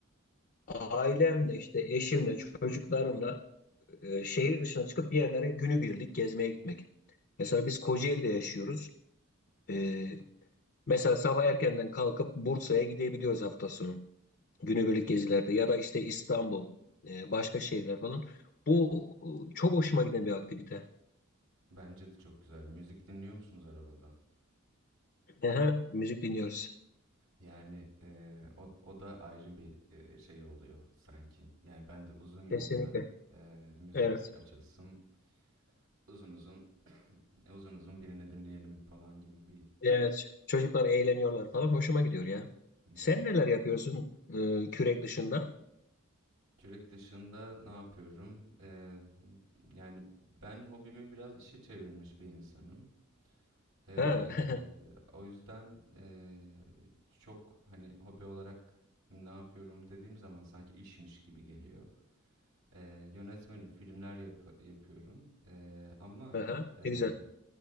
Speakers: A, on the left; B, on the right.
A: Ailemle işte eşimle çocuklarımla e, şehir dışına çıkıp bir yerlere günübirlik gezmeye gitmek. Mesela biz Kocaeli'de yaşıyoruz. E, mesela sabah erkenden kalkıp Bursa'ya gidebiliyoruz hafta sonu. Günübirlik gezilerde ya da işte İstanbul, e, başka şehirler falan. Bu e, çok hoşuma giden bir aktivite.
B: bence de çok güzel. Müzik dinliyor musunuz arabada?
A: Aha, müzik dinliyoruz.
B: Yani eee, o, o da ayrı bir eee, şey oluyor sanki. Yani ben de uzun yolda
A: Kesinlikle.
B: eee, müzik
A: Evet.
B: açılsın, uzun uzun <clears throat> uzun uzun birini dinleyelim falan gibi bir.
A: Evet. Çocuklar eğleniyorlar falan. Hoşuma gidiyor ya.
B: Hı hı.
A: Sen neler yapıyorsun e, kürek dışında?
B: Kürek dışında ne yapıyorum? Eee, yani ben hobimi biraz işe çevirmiş bir insanım. Eee,
A: Ha. <laughs>
B: o yüzden eee, çok hani hobi olarak ne yapıyorum dediğim zaman sanki işmiş gibi geliyor. Ee, yönetmenim, filmler yap- yapıyorum. Ee, ama
A: Aha,
B: e,
A: ne güzel.